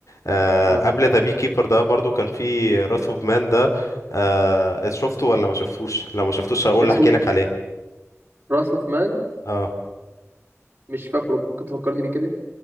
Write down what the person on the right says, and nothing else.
اه
اسمه
راس اوف مان
مش فاكره ممكن تفكرني بيه كده